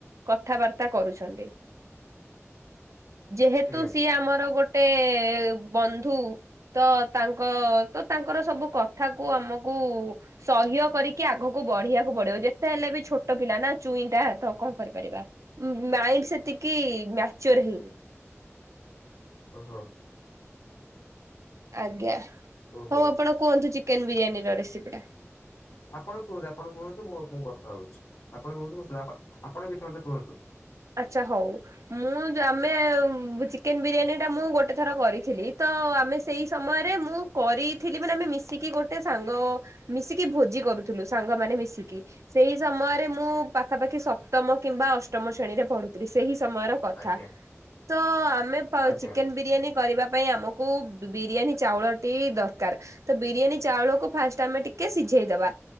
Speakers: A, on the right; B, on the left.
A: କଥାବାର୍ତ୍ତା କରୁଛନ୍ତି। ଯେହେତୁ
B: ଆଜ୍ଞା
A: ସିଏ ଆମର ଗୋଟ୍ ଏ ବନ୍ଧୁ ତ ତାଙ୍କ ତ ତାଙ୍କର ସବୁ କଥା କୁ ଆମକୁ ସହ୍ୟ କରିକି ଆଗକୁ ବଢିବାକୁ ପଡିବ ଯେ ହେଲେ ବି ଛୋଟ ପିଲା ନା ଚୁଇଁଟା ତ କଣ କରିପାରିବା ମାଇଣ୍ଡ ସେତିକି ମ୍ୟାଚୋର୍ ହେନି <inaudible>
B: ଓ ହୋ।
A: ଆଜ୍ଞା ହଉ
B: ଓହୋ
A: ଆପଣ କୁହନ୍ତୁ ଚିକେନ ବିରିୟାନୀ ର ରେସିପି ଟା।
B: ଆପଣ କୁହନ୍ତୁ ଆପଣ କୁହନ୍ତୁ ମୁଁ ମୁଁ କଥା ହଉଛି ଆପଣ କୁହନ୍ତୁ ଆପଣ ଦେଖି ମତେ କୁହନ୍ତୁ
A: ଆଚ୍ଛା ହଉ ମୁଁ ଆମେ ଚିକେନ ବିରିୟାନୀଟା ମୁଁ ଗୋଟେ ଥର କରିଥିଲି ତ ତ ଆମେ ସେଇ ସମୟରେ ମୁଁ କରିଥିଲି ମାନେ ଆମେ ମିଶିକି ଗୋଟେ ସାଙ୍ଗ ମିଶିକି ଭୋଜି କରୁଥିଲୁ ସାଙ୍ଗମାନେ ମିଶିକି ସେଇ ସମୟରେ ମୁଁ ପାଖାପାଖି ସପ୍ତମ କିମ୍ବା ଅଷ୍ଟମ ସ ଶ୍ରେଣୀରେ ପଢ଼ୁଥିଲି ସେହି ସମୟର କଥା
B: ଆଜ୍ଞା
A: ତ ଆମେ ପା
B: ଆଜ୍ଞା
A: ଚିକେନ ବିରିୟାନୀ କରିବା ପାଇଁ ଆମକୁ ବିରିୟାନୀ ଚାଉଳ ଟି ଦରକାର ତ ବିରିୟାନୀ ଚାଉଳକୁ ଫାଷ୍ଟ ଆମେ ଟି କେ ସିଝେଇଦବା।